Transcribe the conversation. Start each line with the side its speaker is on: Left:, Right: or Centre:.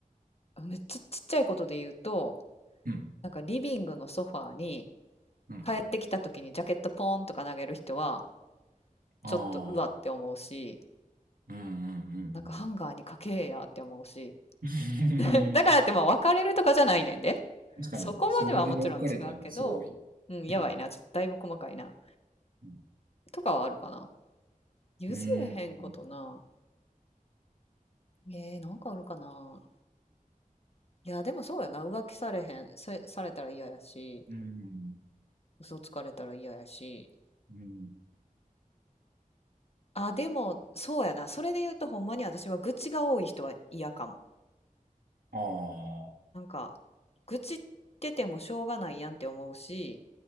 Left: めっちゃちっちゃいことで言うと、
Right: うん、
Left: なんかリビングのソファーに
Right: うん。
Left: 帰ってきた時にジャケットポーンとか投げる人は、
Right: ああ、
Left: ちょっとうわって思うし、
Right: うん、うん、うん。
Left: なんかハンガーにかけえやって思うし。
Right: <laughs>
Left: <laughs> だからってまあ別れるとかじゃないねんで。
Right: 確かに、
Left: そこまではもちろん違うけど、
Right: それで分かれたらすごい。
Left: うん、やばいな。
Right: うん、
Left: ちょっとだいぶ細かいな。
Right: うん、
Left: とかはあるかな。譲れへんことな。
Right: うん、
Left: えー、なんかあるかな。いや、でもそうやな。浮気されへん。さ、されたら嫌やし、
Right: うん、
Left: 嘘つかれたら嫌やし。
Right: うん。
Left: あ、でも、そうやな。それで言うと、ほんまに私は愚痴が多い人は嫌かも。
Right: ああ。
Left: あ、愚痴っててもしょうがないやんって思うし、